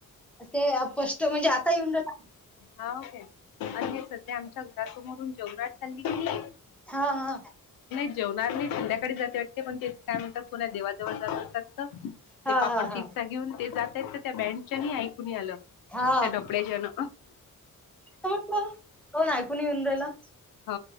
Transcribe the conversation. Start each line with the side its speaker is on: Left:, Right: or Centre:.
Centre: ते पष्ट म्हणजे आता येऊनदेत.
Left: हां सेल आणि सध्या आमच्या घरासमोरून जेवराट चालली कि नई.
Centre: हा हा.
Left: नाई जेवणारणीं संध्याकाळी जात्यात त्या पण ते काय म्हणतात पुना देवाजवळ जात असतात. त
Centre: हा
Left: ते पापड
Centre: हा हा
Left: कि काय घेऊन ते जातायत त्या बँडच्यानी ऐकू नई आलं.
Centre: हा
Left: ते डपळेज न.
Centre: का कोण कोण ऐकूून इंद्रेला.
Left: हो